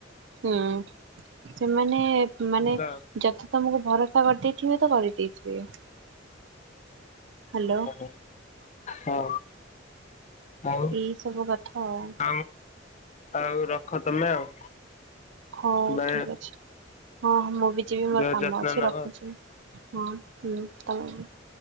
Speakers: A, on the right; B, on the left.
A: ହୁଁ ସେମାନେ
B: ଭଲ।
A: ମାନେ ଜ ତମକୁ ଭରସା କରିଦେଇଥିବେ ତ କରିଦେଇଥିବେ। ହ୍ୟାଲୋ
B: ଓ ହ ହଁ। ଆଉ <unintelligible>
A: ଏଇ ସବୁ କଥା ଆଉ
B: ଆଉ ରଖ ତମେ ଆଉ।
A: ହଉ
B: ବା
A: ଠିକ ଅଛି ହଁ ମୁଁ ବି ଯିବି ମୋର
B: ଦେହ
A: କାମ
B: ଯତ୍ନ
A: ଅଛି
B: ନବ
A: ରଖୁଛି। ହଁ ହୁଁ <unintelligible>